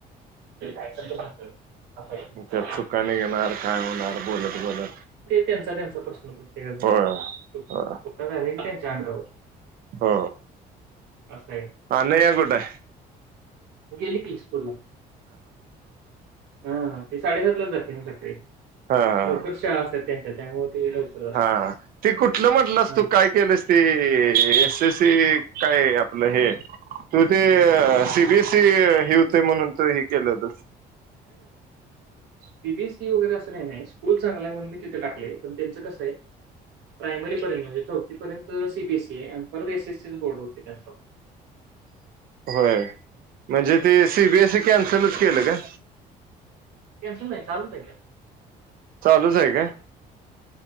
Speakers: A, on the right; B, on the right.
A: <inaudible>
B: त्यात चुका निघणार काय होणार बोलत, बोलत,
A: ते त्यांचा त्यांचा प्रश्न प्रत्येकाचा,
B: होय
A: तो
B: हो
A: का घालेल की त्यांच्या अंगावर.
B: हो
A: असं आहे
B: अनघा कुठंय?
A: गेली की स्कूलला, हा ती साडेसातलाच जाती ना सकाळी.
B: हा
A: लवकर शाळा असतात त्यांच्या त्यामुळे ते लवकर जातात
B: हा ते कुठलं म्हटलंस
A: हा
B: तू काय केलंस ते ए एस. एस. ते काय आपलं हे तू ते सी. बी. एस. ते ही हुतंय म्हणून तु ही केल व्हतंस.
A: सी. बी. एस सी वगैरे असं नाही, स्कूल चांगल आहे म्हणून मी तिथं टाकलंय, पण त्यांचं कसाय प्रायमरीपर्यंत म्हणजे चौथीपर्यंत सी. बी. एस. ई हाय आणि परत एस. एस. सी. बोर्ड होतयं त्यांच <unintelligible>
B: होय, म्हणजे ते सी. बी. एस. ई. कॅन्सलच केलं का?
A: <unintelligible> ते
B: चालूच आहे का